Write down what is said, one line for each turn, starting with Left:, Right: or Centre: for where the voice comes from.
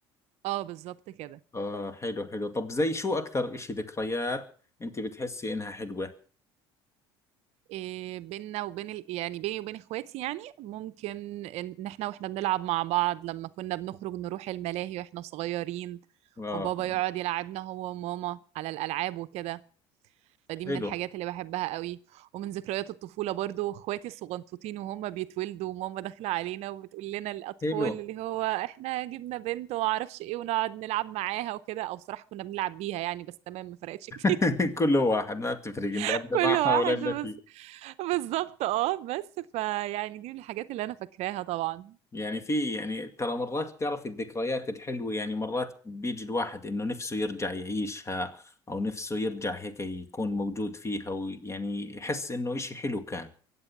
Right: اه بالظبط كده
Left: آه حلو حلو طب زي شو أكثر إشي ذكريات إنت بتحسي إنها حلوة
Right: إيه بيننا وبين ال... يعني بيني وبين اخواتي يعني ممكن ان احنا واحنا بنلعب مع بعض لما كنا بنخرج نروح الملاهي واحنا صغيرين
Left: آه
Right: وبابا
Left: آه،
Right: يقعد يلعبنا هو وماما على الالعاب وكده فدي
Left: حلو
Right: من الحاجات اللي بحبها قوي ومن ذكريات الطفولة برضو اخواتي الصغنطوطين وهم بيتولدوا وماما داخلة علينا وبتقول لنا الاطفال
Left: حلو
Right: اللي هو احنا جبنا بنت وما اعرفش ايه ونقعد نلعب معاها وكده او صراحة كنا بنلعب بيها يعني بس تمام ما فرقتش كتير
Left: <laughs> كله واحد ما بتفرق إن لعبنا
Right: <laughs> كل
Left: معها
Right: واحد
Left: ولعبنا
Right: بس
Left: فيه
Right: بالظبط اه بس فيعني دي من الحاجات اللي انا فاكراها طبعا
Left: يعني في يعني ترى مرات بتعرف الذكريات الحلوة يعني مرات بيجي الواحد انه نفسه يرجع يعيشها او نفسه يرجع هيك يكون موجود فيها ويعني يحس انه اشي حلو كان